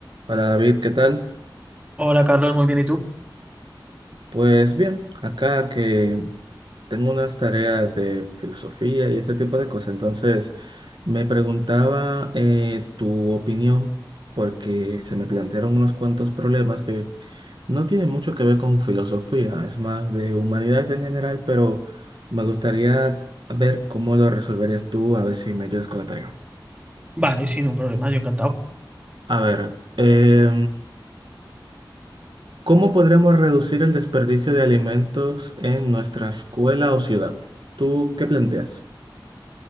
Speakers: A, on the right; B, on the right.
A: Hola David, ¿qué tal?
B: Hola Carlos, muy bien, ¿y tú?
A: Pues bien, acá que tengo unas tareas de filosofía y ese tipo de cosas, entonces me preguntaba eh, tu opinión porque se me plantearon unos cuantos problemas que no tienen mucho que ver con filosofía, es más de humanidades en general, pero me gustaría ver cómo lo resolverías tú, a ver si me ayudas con la tarea.
B: Vale, sin un problema, yo encantado.
A: A ver, eh, ¿Cómo podríamos reducir el desperdicio de alimentos en nuestra escuela o ciudad? ¿Tú qué planteas?